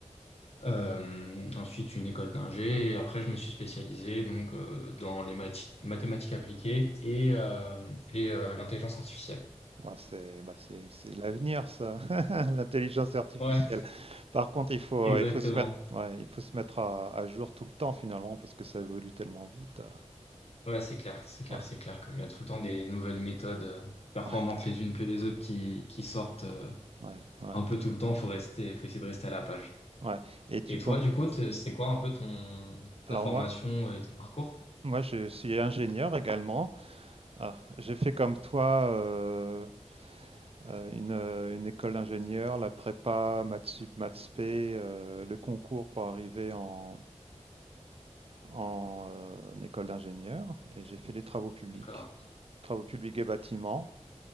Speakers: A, on the left; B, on the right.
A: euh, ensuite une école d'ingé. Et après, je me suis spécialisé donc euh, dans les mati- mathématiques appliquées et euh, et euh, l'intelligence artificielle.
B: Ouais, c'est bah, c'est- c'est l'avenir ça, <laughs> l'intelligence artificielle.
A: Ouais,
B: Par contre, il faut,
A: exactement.
B: il faut se mettre, ouais, il faut se mettre à, à jour tout le temps finalement parce que ça évolue tellement vite. euh.
A: Ouais, c'est clair, c'est clair,
B: Ouais,
A: c'est clair. Comme il y a tout le temps des nouvelles méthodes euh, performantes
B: ouais,
A: les unes que les autres qui, qui sortent euh,
B: ouais, ouais.
A: un peu tout le temps, faut rester, faut essayer de rester à la page.
B: ouais. Et tu
A: Et
B: comptes.
A: toi, du coup, t'es- c'est quoi un peu ton ta
B: Alors
A: formation
B: moi,
A: et ton parcours?
B: moi, je suis ingénieur également. Ah, j'ai fait comme toi. euh, euh, une, euh, une école d'ingénieur, la prépa, maths sup, maths p, euh, le concours pour arriver en, en, euh, en école d'ingénieur. Et j'ai fait les travaux publics,
A: D'accord,
B: travaux publics et bâtiments.